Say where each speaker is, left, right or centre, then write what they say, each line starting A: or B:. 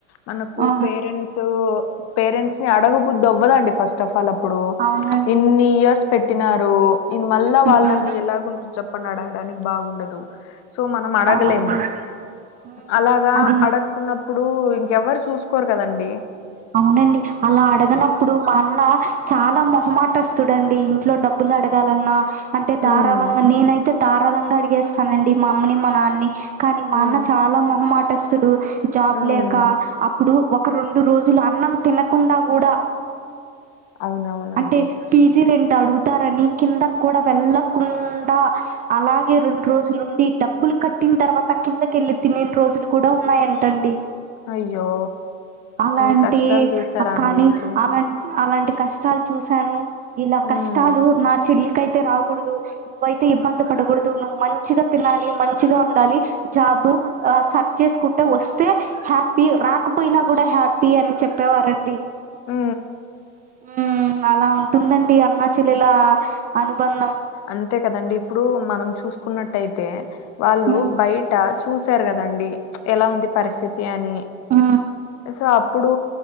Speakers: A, on the left (about 40°); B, on the right (about 25°).
A: మనకు
B: ఆ
A: పేరెంట్స్ పేరెంట్స్ ని అడగబుద్దు అవ్వదు అండీ ఫస్ట్ హాఫ్ అల్ ఇప్పుడు
B: అవునండి
A: ఇన్ని ఇయర్స్ పెట్టినారు ఇది మళ్ళ
B: హ్మ్
A: వాళ్ళని ఎలాగు చెప్పండి అడగడానికి బాగుండదు సో మనం అడగలేము
B: బాగుంది హ్మ్
A: అలాగా
B: అది
A: అడగ్ కున్నప్పుడు ఇంకెవ్వరు చూసుకోరు కదా అండీ
B: అవును అండీ అలా అడగనప్పుడు మా అన్న చాలా మొహమాటస్తుడు అండీ ఇంట్లో డబ్బులు అడగాలన్నా అంటే ధారళంగా
A: ఉమ్
B: నేనైతే ధారాళంగా అడిగేస్తాను అండీ మా అమ్మని మా నాన్ని కానీ మా
A: ఉమ్
B: అన్న చాలా మొహమాటస్తుడు జాబ్
A: ఉమ్
B: లేక అప్పుడు ఒక రెండు రోజు జుల అన్నం తినకుండా గుడా
A: అవునవునండి
B: అంటే పీజీ రెంట్ అడుగుతారని కిందకి కూడా వెళ్ళకుండా అలాగే రెండు రోజులు ఉండి డబ్బులు కట్టిన తర్వాత కిందకిళ్ళి తినిన్ రోజులు కూడా ఉన్నాయంట అండీ
A: అయ్యో
B: లాంటి
A: అన్ని కష్టాలు చూసారా అండి
B: కాని
A: అయితే
B: అలాంటి అలాంటి కష్టాలు చూసాను ఇలా
A: ఉమ్
B: కష్టాలు నా చెల్లికైతే రాగూడదు నువ్వైతే ఇబ్బంది పడకూడదు నువ్వు మంచిగా తినాలి మంచిగా ఉండాలి జాబ్ ఆ సర్చ్ చేసుకుంటే వొస్తే హ్యాపీ రాకపోయినా గుడా హ్యాపీ పి అని చెప్పేవారు అండీ
A: ఉ
B: ఉ అలా ఉంటుందండి అన్న చెల్లెల అనుబంధం
A: అంతే కదా అండీ ఇప్పుడు మనం చూసుకున్నట్టు అయితే వాళ్ళు
B: మ్మ్
A: బయట చూసారు గదండి ఎలా ఉంది పరిస్థితి అని
B: హ
A: సో అప్పుడు